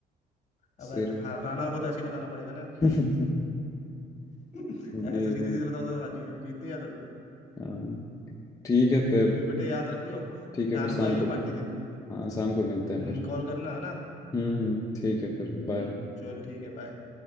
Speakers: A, on the left (about 45°); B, on the left (about 20°).
A: अब
B: सिर
A: ऐ- हराना होगा तो ऐसे ही बताना पड़ेगा ना
B: <laughs>
A: <laughs> ऐसे
B: ये
A: सीधे
B: भाई
A: सीधे बताओ तो जीत जीत नहीं आता तू
B: हाँ, ठीक है फिर
A: तो फिर बेटे याद रखियो शाम
B: ठीक है फिर शाम
A: को आइयो
B: को
A: पार्टी देने
B: हाँ शाम को मिलते हैं
A: हम्म,
B: फिर
A: कॉल करना है ना
B: हम्म हम्म, ठीक है फिर बाय
A: हम्म, चल ठीक है बाय